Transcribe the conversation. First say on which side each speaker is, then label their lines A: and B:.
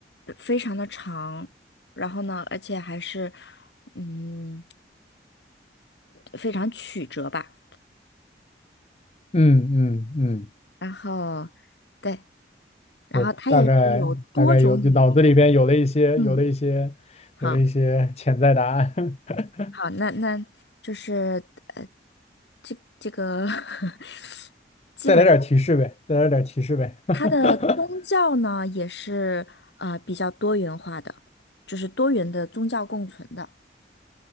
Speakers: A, on the left; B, on the left.
A: 非常的长，然后呢，而且还是嗯非常曲折吧，
B: 嗯嗯嗯，
A: 然后对，然后它也是有多种语言，
B: 我大概大概有脑子里边有了一些有了一些有了一些潜在答案，
A: 嗯，好。
B: <laughs>
A: 好，那那就是呃，这这个 <laughs> 基本上
B: 再来点提示呗，再来点提示呗，<laughs>
A: 它的宗教呢也是呃比较多元化的，就是多元的宗教共存的。